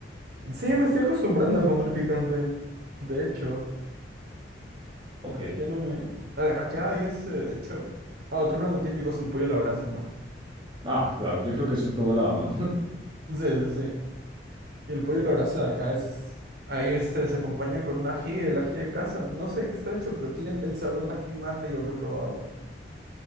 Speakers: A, on the right (about 55°); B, on the right (about 25°).
A: Sí, me estoy acostumbrando a comer picante. De hecho,
B: Ok,
A: ya no me... A ver, Acá hay este, de hecho... Ah, otro plato típico es el pollo a la brasa, ¿no?
B: ah, claro, yo creo que eso en todo lado, ¿no?
A: Sí, sí, sí. Y el pollo a la brasa de acá es... Ahí este se acompaña con un ají, el ají de casa. No sé de qué está hecho, pero tiene el el sabor de ají más rico que he probado.